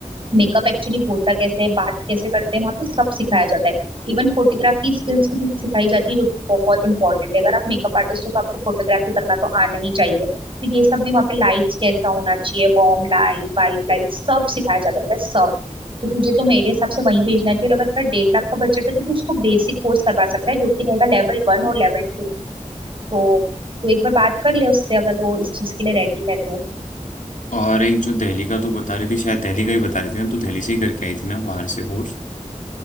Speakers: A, on the right; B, on the left.
A: मेकअप एक्चुअली होता कैसे है बात कैसे करते हैं वहाँ पे सब सिखाया जाता है इवन फोटोग्राफी स्किल्स भी सिखाई जाती है जो कि बहुत इंपॉर्टेंट है अगर आप मेकअप आर्टिस्ट हो तो आपको फोटोग्राफी करना तो आना ही चाहिए तो ये सब भी वहाँ पे लाइट्स कैसा होना चाहिए वार्म लाइट वाइट लाइट सब सिखाया जाता है पता है सब तो तुझे तो मेरे हिसाब से वहीं भेजना चाहिए और अगर तेरा डेढ़ लाख का बजट है तो तू उसको बेसिक कोर्स करवा सकता है जो कि रहेगा लेवल वन और लेवल टू तो तू एक बार बात कर ले उससे अगर वो इस चीज के लिए रेडी है तो
B: और एक जो दिल्ली का तू बता रही थी शायद दिल्ली का ही बता रही थी ना तू दिल्ली से ही करके आई थी ना बाहर से कोर्स